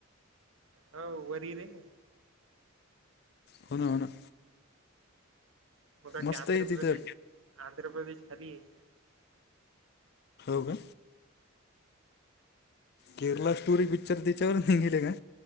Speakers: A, on the right; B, on the left.
A: हो वर दे.
B: होन हो ना.
A: म का
B: मस्त
A: ते आंध्र
B: आहे तिथं
A: प्रदेश आंध्र प्रदेश खाली आहे.
B: कुट. केरला स्टोरी पिक्चर त्याच्यावर नाघालय काय.